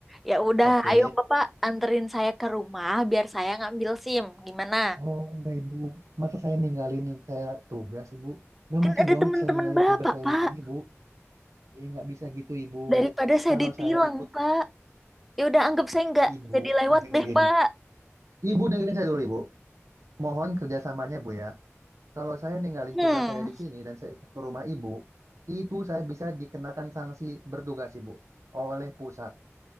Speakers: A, in the centre; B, on the right.
A: Ya udah,
B: Oke.
A: ayo Bapak anterin saya ke rumah biar saya ngambil SIM. Gimana?
B: Oh, enggak ibu. Masa saya ninggalin saya tugas ibu? Nggak
A: Kan
B: mungkin
A: ada
B: dong
A: teman-teman
B: saya ninggalin
A: Bapak,
B: tugas saya
A: Pak.
B: di sini bu. Eh, nggak bisa gitu ibu.
A: Daripada saya
B: Kalau
A: ditilang,
B: saya ikut
A: Pak. Ya udah, anggap saya nggak
B: ibu
A: jadi lewat
B: dengerin.
A: deh, Pak.
B: Ibu dengerin saya dulu ibu. Mohon kerjasamanya bu ya. Kalau saya ninggalin
A: Hmm,
B: tugas saya di sini dan saya ke rumah ibu, itu saya bisa dikenakan sanksi bertugas ibu oleh pusat.